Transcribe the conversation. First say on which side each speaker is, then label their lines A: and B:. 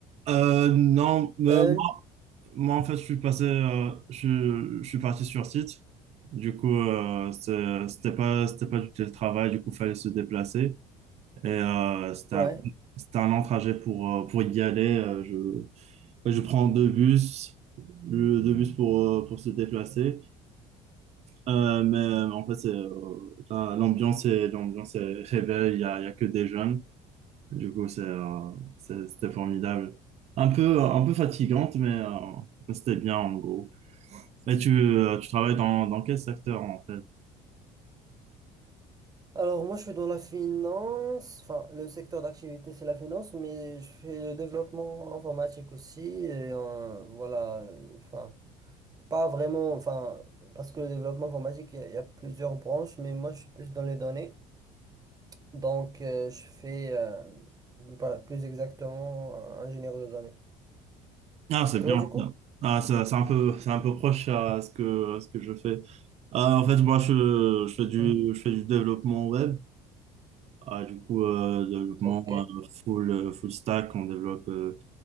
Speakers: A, on the right; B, on the right.
A: Euh, non, mais
B: Euh,
A: Moi, en fait, je suis passé, euh, je, je suis parti sur site. Du coup, euh, c'est- c'était pas, c'était pas du télétravail. Du coup, fallait se déplacer. Et euh, c'était
B: ouais.
A: un, c'était un long trajet pour, euh, pour y aller. Euh, je, ouais, je prends deux bus, le- deux bus pour, euh, pour se déplacer. Euh, mais euh, en fait, c'est, euh, la- l'ambiance est, l'ambiance est est belle. Il y a, il y a que des jeunes. Du coup, c'est, euh, c'est- c'était formidable. Un peu, un peu fatigante, mais euh, c'était bien en gros. Et tu, euh, tu travailles dans, dans quel secteur en fait?
B: Alors moi je suis dans la finance, enfin le secteur d'activité c'est la finance, mais je fais le développement informatique aussi, et euh, voilà, euh, enfin pas vraiment, enfin parce que le développement informatique il y, a il y a plusieurs branches, mais moi je suis plus dans les données, donc euh, je fais euh, pas- plus exactement euh, ingénieur de données.
A: Ah, c'est
B: Et
A: bien.
B: toi du coup?
A: Ah, ça- c'est un peu, c'est un peu proche à ce que, à ce que je fais. Ah, en fait, moi, je, je fais du,
B: Hmm.
A: je fais du développement web. Ah, du coup, euh, développement
B: Ok.
A: euh, full, euh, full stack. On développe euh,